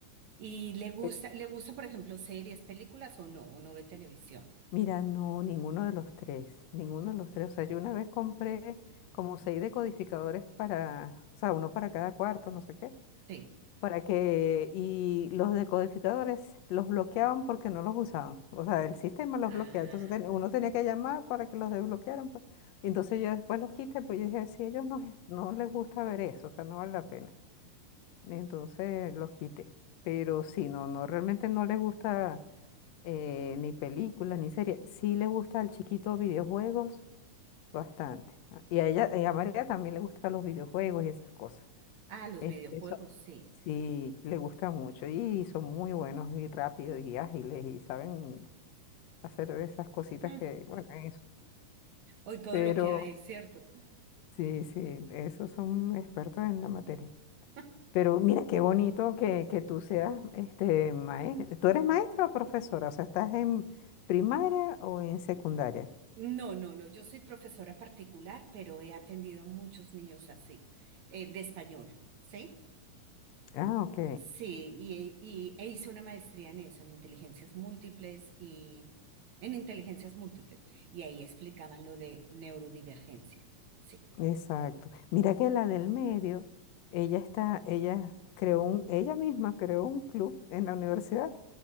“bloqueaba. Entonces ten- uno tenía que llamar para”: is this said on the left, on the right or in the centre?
Left